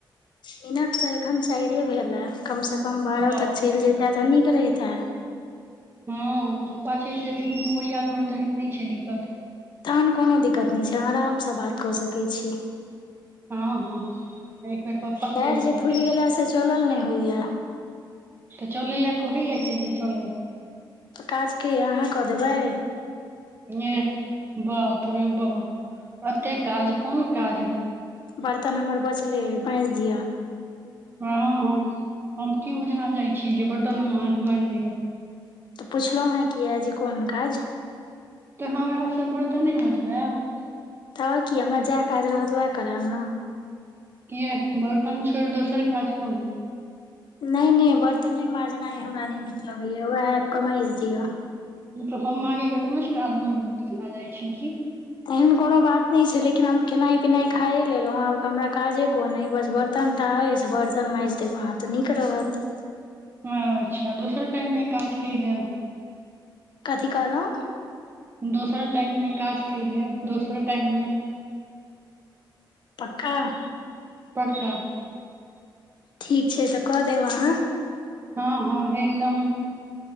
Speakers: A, on the left; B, on the right.
A: मिनट तऽ एखन चाएरे भेल ए, कम से कम बारअ
B: बाप
A: तक चैल
B: रे
A: जैता तऽ नीक रहिते।
B: हां पप्पा चैल जेथिन पुवरिया घर तहेन नै छै दिक्कत।
A: तहन कोनो दिक्कत नै छै, अहाँ अराम से बात कऽ सकै छी।
B: हां-हां एक बेर पप्पा
A: पैर
B: चैल
A: जे
B: जाय।
A: फुलि गेलए से चलल नै होयया।
B: तऽ चलै लए कहै या के जे चलब।
A: त काज के अहाँ कऽ देबै।
B: एह बाप रे बा ओते काज, कुन काज
A: बर्तन हमर बचले मैएज दियो।
B: हां-हां हम की बुझना जाय छी जे बर्तन हम अहाँके मैएज दियौ।
A: तऽ पुछलौ हें कियाए जे कुन काज
B: तऽ हमरा से बरतने मजबाएब।
A: तब की हमरा जाएह काज रहत वाएह कराएब नै।
B: किये बर्तन छोड़ दोसर काज कह
A: नहि नहि बर्तने माँजनाइ हमरा नहि नीक लगैया उएह आबि क माइज दिअ
B: मलब हम अहाँके घटमाष्ट आदमी लए जाइ छी की
A: एहन कोनो बात नहि छै लेकिन हम खेनाइ पिनाइ खायए लेलहुं आब हमरा काजे कोन बस बड़ बर्तन टा अईछ बर्तन माँजि देब अहाँ तऽ नीक रहत
B: अच्छा दोसरे टाइममे काज कहि देब
A: कथी कहालव
B: दोसर टाइम मे काज क देेब दोसर टाइम मे
A: पक्का-
B: पाका
A: ठीक छै तऽ कऽ देब अहाँ
B: हँ हँ एकदम